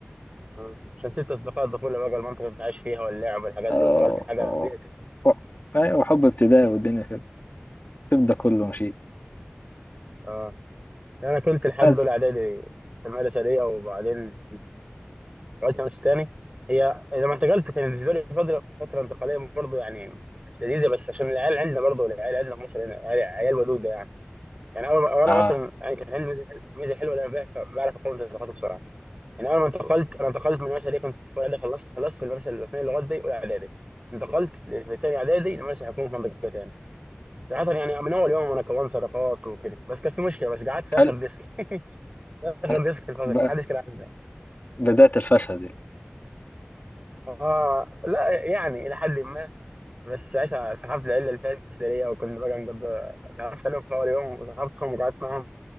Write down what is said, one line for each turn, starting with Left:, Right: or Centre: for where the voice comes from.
Right: آه. عشان سبت اصدقاء الطفوله بقى المنطقه اللي انت عايش فيها واللعب والحاجات
Left: آه،
Right: دي وانتقلت حاجه
Left: و-
Right: بيئتك
Left: و- أيوة، وحب ابتدائي والدنيا كده الطب ده كله مشي
Right: اه انا كنت لحد
Left: بس
Right: اولى اعدادي في المدرسه دي وبعدين رجعت مدرسه تاني هي لما انتقلت كان بالنسبه لي فتره فتره انتقاليه برضه يعني مش لذيذه بس عشان العيال عندنا برضه العيال عندنا في مصر هنا عيال عيال ودوده يعني يعني انا أنا
Left: اه
Right: مثلا يعني كان عندي ميزه ميزة حلوه إن انا بعرف بعرف اكون صداقات بسرعه يعني انا لما انتقلت انا انتقلت من المدرسه اللي كنت في اولى اعدادي خلصت خلصت في المدرسه الرسميه للغات دي اولى اعدادي انتقلت في تاني اعدادي المدرسه حكومه في منطقه تاني صراحه يعني من اول يوم انا كونت صداقات وكده بس كان في مشكله بس قعدت في
Left: حل,
Right: اخر ديسك <laughs> اخر
Left: حل.
Right: ديسك في الفصل
Left: ب-
Right: كان محدش كان عارفني
Left: بداية الفشل دي
Right: اه لا يعني الى حد ما بس ساعتها سحبت العيله الفاسده ليا وكنا بقى نقضي تعرفت عليهم في اول يوم وسحبتهم وقعدت معاهم